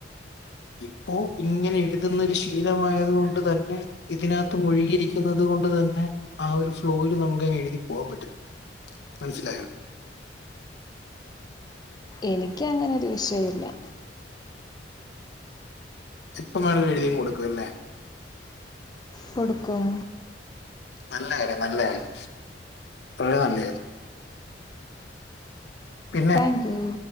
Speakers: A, on the left; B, on the left.
A: ഇപ്പോ ഇങ്ങെനെ എഴ്ത്‌ന്നൊര് ശീലമായത് കൊണ്ട് തന്നെ ഇതിനകത്ത് മുഴുകിയിരിക്ക്യുന്നത് കൊണ്ട് തന്നെ ആ ഒരു ഫ്ലോയില് നമുക്കങ്ങ് എഴ്തി പോവാം പറ്റും മൻസ്സിലായോ
B: എനിക്ക്യങ്ങനെരു വിഷയൂല്ലാ
A: ഇപ്പം വേണേലും എഴ്തിയങ്ങ് കൊട്ക്കും അല്ലേ
B: കൊട്ക്കും
A: നല്ല കാര്യം നല്ല കാര്യം വളരേ നല്ല കാര്യം പിന്നെ
B: താങ്ക്യൂ